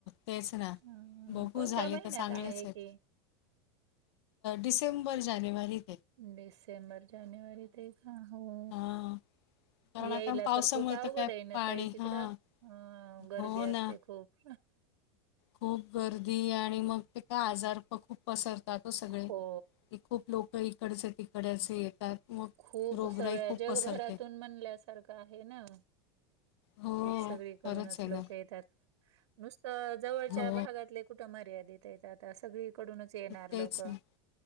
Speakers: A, on the left; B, on the right.
A: तेचं ना
B: अ,
A: बघू
B: कोणत्या
A: झाले
B: महिन्यात
A: तर चांगलेच
B: आहे
A: आहेत.
B: की?
A: डिसेंबर - जानेवारी ते.
B: डिसेंबर- जानेवारी, ते आहे का हो.
A: हां. कारण
B: येईल
A: आता पावसामुळे
B: तर खूप अवघड
A: काय
B: ना
A: पाणी
B: आहे ताई तिकडं?
A: हां.
B: अ- गर्दी
A: हो
B: असते
A: ना.
B: खूप.
A: खूप गर्दी आणि मग ते का आजार प खूप पसरतातो सगळे
B: हो
A: खूप लोक इकडं चं तिकडे असे येतात. मग
B: खूप
A: रोगराई
B: सगळ्या
A: खूप
B: जगभरातून
A: पसरते.
B: म्हणल्यासारखं आहे ना.
A: हो,
B: खूप सगळीकडूनच
A: खरंच आहे
B: लोक
A: ना.
B: येतात. नुसतं जवळच्या
A: हो,
B: भागातले कुठं मर्यादितेत येतात सगळी कडूनच येणार
A: तेच
B: लोक
A: ना.